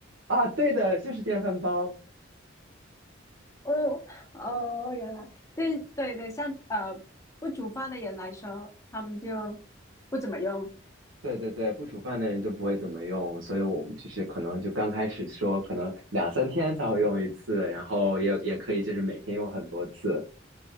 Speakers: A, on the right (about 80°); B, on the left (about 15°).
A: 啊，对的，就是电饭煲。
B: 哦哦，原来对对对，像呃不煮饭的人来说，他们就不怎么用。
A: 对对对，不煮饭的人就不会怎么用，所以我们就是可能就刚开始说，可能两三天才会用一次，然后也也可以就是每天用很多次。